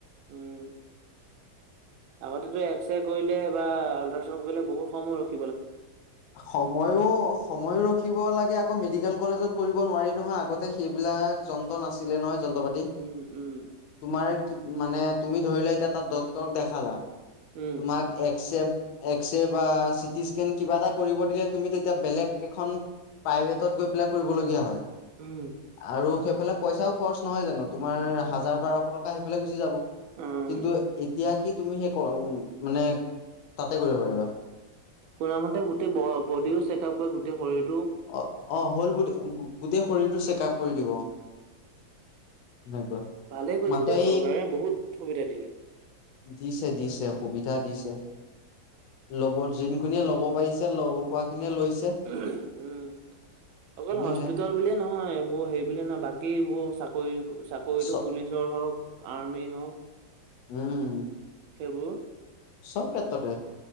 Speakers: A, on the right; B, on the left.
A: উম আগতেটো এক্সৰে কৰিলে বা আল্ট্ৰাচাউন কৰিলে বহুত সময় ৰখি
B: সময়ো সময়ো ৰখিব লাগে আকৌ মেডিকেল কলেজত কৰিব নোৱাৰি নহয় আগতে সেইবিলাক যন্ত্ৰ নাছিলে নহয় যন্ত্ৰ পাতি
A: উম, উম,
B: তোমাৰ কি মানে তুমি ধৰি লোৱা এতিয়া তাত ডক্টৰকদেখালা
A: উম,
B: তোমাক এক্স এক্স বা চিটি স্কেন কিবা এটা কৰিব দিলে তুমি তেতিয়া বেলেগ এখন প্ৰাইভেটত গৈ পেলাই কৰিবলগীয়া হয়
A: উম,
B: আৰু সেইফালে পইচাও খৰচ নহয় জানো তোমাৰ
A: উম,
B: হাজাৰ
A: উম,
B: বাৰশ টকা সেইফালে গুচি যাব
A: উম।
B: কিন্তু এতিয়া কি তুমি সেই মানে তাতে কৰিব পাৰিবা
A: শুন মতে গোটেই বডিও চেক আপ কৰে গোটেই শৰীৰ
B: অ অ হ'ল বড গোটেই শৰীৰটো চেকআপ কৰি দিব। সেনেকুৱা
A: পালে গৈছে
B: মাত্ৰ
A: যে
B: এই
A: চৰকাৰে বহুত সুবিধা দিলে।
B: দিছে দিছে সুবিধা দিছে। ল'ব যোনখিনিয়ে ল'ব পাৰিছে ল'ব পৰা খিনিয়ে লৈছে।
A: উ। উম অকল
B: খিনি
A: হস্পিতল
B: সেয়া
A: বুলিয়ে নহয় এইবোৰ হেৰি বুলিয়ে নহয় বাকী এইবোৰ চাকৰি। চাকৰিতটো
B: চ
A: পুলিচৰ হওক আৰ্মি হওক।
B: উম
A: সেইবোৰ
B: চব কেতেততে।